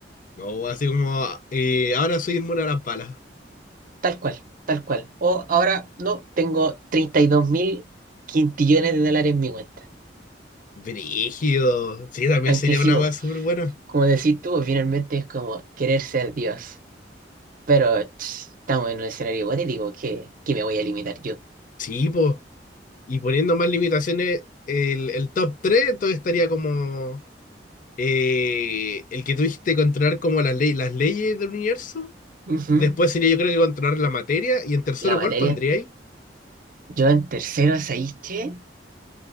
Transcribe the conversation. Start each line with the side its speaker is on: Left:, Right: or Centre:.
Left: No, así como, eh, ahora soy inmune a las balas.
Right: tal cual, tal cual. O ahora, no, tengo treinta y dos mil quintillones de dólares en mi cuenta.
Left: Brígido. Sí, también
Right: Aunque
Left: sería
Right: sí,
Left: una
Right: vos,
Left: weá súper buena.
Right: como decís tú, finalmente es como querer ser Dios. Pero ch, estamos en un escenario hipotético que, que me voy a limitar yo.
Left: Sí, pues. Y poniendo más limitaciones, el, el top 3 entonces estaría como eh, el que tuviste que controlar como las, ley- las leyes del universo.
Right: Ujú.
Left: Después sería yo creo que controlar la materia. Y en tercero,
Right: La materia.
Left: ¿cuál pondría ahí?
Right: Yo en tercero, ¿sabéis qué?